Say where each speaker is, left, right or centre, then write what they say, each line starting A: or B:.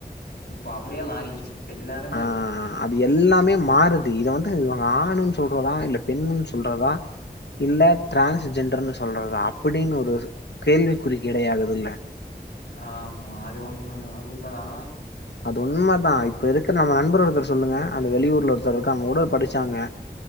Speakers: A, on the left; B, on the left.
A: இப்போ அப்புடியே மாறிடுச்சு எல்லாமே
B: ஆ
A: மாறுது
B: அது எல்லாமே மாறுது இத வந்து ஆணுனு சொல்றதா இல்ல பெண்ணுனு சொல்றதா இல்ல ட்ரான்ஸ் ஜென்டர் சொல்றதா அப்புடின்னு ஒரு கேள்வி குறுக்கிடையாதுல்ல
A: ஆஹ் அ அது உண்ம அது உண்மதா
B: அது உண்மதான் இப்ப இருக்கிற நம்ம நண்பர் ஒருத்தர் சொல்லுங்க அந்த வெளியூர்ல ஒருத்தர் இருக்கா அவங்க கூட படிச்சாங்க